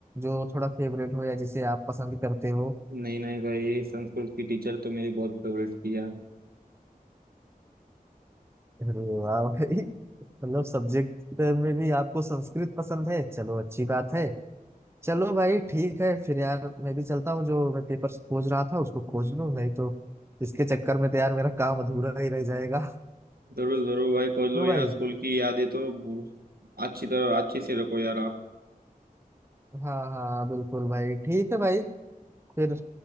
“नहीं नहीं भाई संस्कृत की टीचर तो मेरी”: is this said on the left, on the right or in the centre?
Right